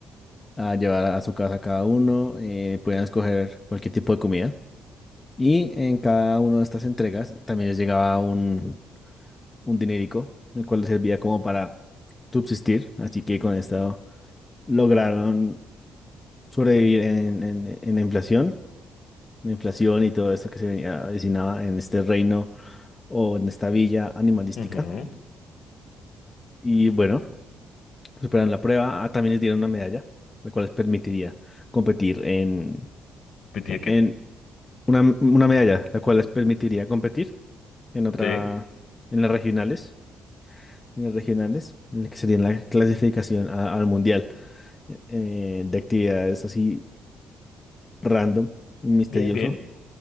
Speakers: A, on the left; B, on the left.
A: a llevar a su casa cada uno, eh, podían escoger cualquier tipo de comida. Y en cada una de estas entregas también les llegaba un, un dinerico, el cual les servía como para subsistir. Así que con esto lograron sobrevivir en, en, en la inflación, la inflación y todo esto que se venía, avecinaba en este reino o en esta villa animalística.
B: Ujú.
A: Y bueno. Superan la prueba. Ah, también les dieron una medalla, la cual les permitiría competir en,
B: Pensé que-
A: en una, una medalla, la cual les permitiría competir en otra,
B: Sí,
A: en las regionales, en las regionales, en la que sería la clasificación a- al mundial eh, eh, de actividades así random y misterioso.
B: bien, bien.